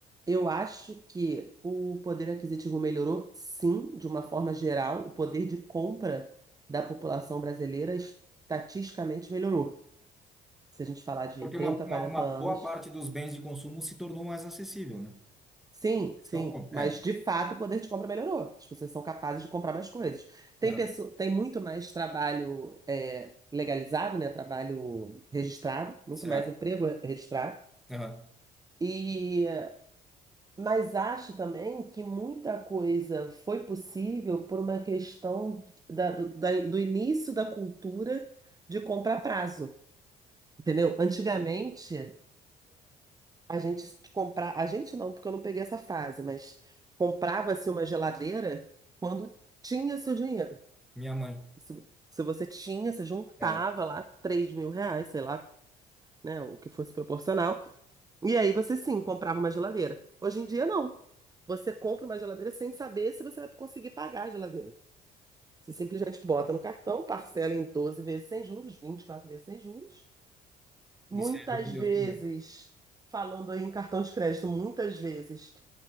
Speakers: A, on the right; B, in the centre.
A: eu acho que o poder aquisitivo melhorou, sim, de uma forma geral, o poder de compra da população brasileira estatisticamente melhorou. Se a gente falar de
B: porque
A: 30,
B: uma, uma,
A: 40
B: uma
A: anos.
B: boa parte dos bens de consumo se tornou mais acessível, né?
A: Sim, sim,
B: Esse que é o ponto.
A: mas
B: É,
A: de fato o poder de compra melhorou. As pessoas são capazes de comprar mais coisas. Tem
B: Aham.
A: pessoa, tem muito mais trabalho é, legalizado, né? Trabalho registrado, muito
B: certo.
A: mais emprego registrado.
B: Aham.
A: E mas acho também que muita coisa foi possível por uma questão da- do da- do início da cultura de compra a prazo, entendeu? Antigamente A gente comprar, a gente não, porque eu não peguei essa fase, mas comprava-se uma geladeira quando tinha seu dinheiro.
B: Minha mãe,
A: Se, se você tinha, você juntava
B: é,
A: lá 3 mil reais, sei lá, né, o que fosse proporcional. E aí você sim comprava uma geladeira. Hoje em dia não. Você compra uma geladeira sem saber se você vai conseguir pagar a geladeira. Você simplesmente bota no cartão, parcela em 12 vezes sem juros, 24 vezes sem juros. Muitas
B: e seja o que Deus
A: vezes,
B: quiser.
A: falando aí em cartão de crédito, muitas vezes